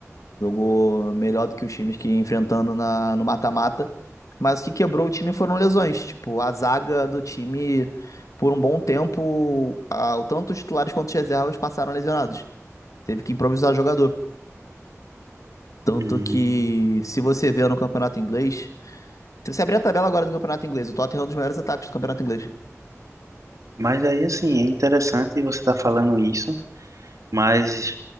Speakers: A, on the left; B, on the right.
A: Jogou melhor do que os times que ia enfrentando na, no mata-mata. Mas o que quebrou o time foram lesões. Tipo, a zaga do time, por um bom tempo, a- tanto os titulares quanto os reservas passaram lesionados. Teve que improvisar jogador. Tanto
B: Hum,
A: que, se você vê no campeonato inglês, se você abrir a tabela agora do campeonato inglês, o Tottenham é um dos maiores ataques do campeonato inglês.
B: Mas aí, assim, é interessante você estar falando isso, mas